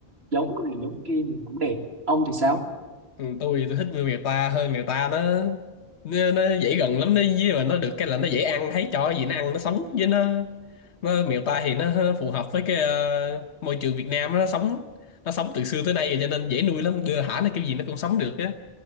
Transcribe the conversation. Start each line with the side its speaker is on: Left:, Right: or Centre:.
Right: giống này giống kia nhìn cũng đẹp ông thì sao
Left: Ừ, tôi tôi thích nuôi mèo ta hơn mèo ta nó nó, nó dễ gần lắm nó với mà nó được cái là nó dễ ăn thấy cho gì nó ăn nó sống với nó nó mèo ta thì nó phù hợp với cái ờ, môi trường Việt Nam nó sống nó sống từ xưa tới nay rồi cho nên dễ nuôi lắm đưa thả nó kiểu gì nó cũng sống được á